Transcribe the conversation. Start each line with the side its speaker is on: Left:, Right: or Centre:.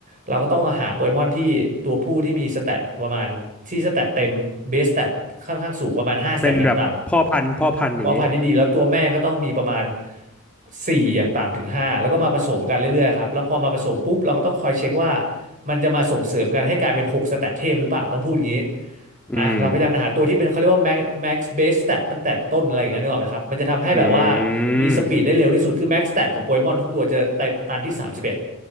Right: เราก็ต้องหาโปเกมอนที่ตัวผู้ที่มีสเตตประมาณที่สเตตเต็มเบสสเตตค่อนข้างสูงประมาณห้าสเตตอย่างต่
Centre: เป็นแบบพ่อพันธุ์พ่อพันธุ์อย่างงี้
Right: ำเพอพันธุ์ที่ดีแล้วตัวแม่ก็ต้องมีประมาณสี่อย่างต่ำถึงห้าแล้วก็มาผสมกันเรื่อยๆครับแล้วพอมาผสมปุ๊บเราก็ต้องคอยเช็คว่ามันจะมาส่งเสริมกันให้กลายเป็นหกสเตตเทพหรือเปล่าต้องพูดอย่างนี้
Centre: <laughs> อืม
Right: อ่ะเราพยายามหาตัวที่เป็นเขาเรียกว่า max max base stat ตั้งแต่ต้นอะไรอย่างเงี้ยนึกออกไหมครับมันจะทำให้แบบว่า
Centre: อื
Right: มีสปีดได้เร็วที่สุดคือ
Centre: ม
Right: max stat ของโปเกมอนทุกตัวจะตตันที่สามสิบเอ็ด